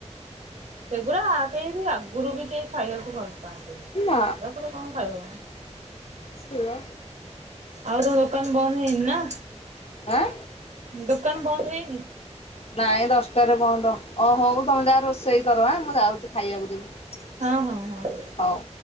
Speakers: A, on the right; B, on the left.
A: ସେଗୁରା କେହି ବି ଆଗରୁ ବି କେହି ଖାଇବାକୁ ଭଲ ପାଆନ୍ତିନି।
B: ନା।
A: ତାପରେ କଣ ଖାଇବ।
B: ସେଇବା।
A: ଆଉ ତା ଦୋକାନ ବନ୍ଦ ହେଇନି ନା?
B: ଆଁ।
A: ଦୋକାନ ବନ୍ଦ ହେଇନି।
B: ନାଇଁ ଦଶଟାରେ ବନ୍ଦ ଅ ହଉ ତମେ ଯାଅ ରୋଷେଇ କର ଆଁ ମୁଁ ଯାଉଛି ଖାଇବାକୁ ଦେବି।
A: ହଁ ହଁ ହଁ।
B: ହଉ।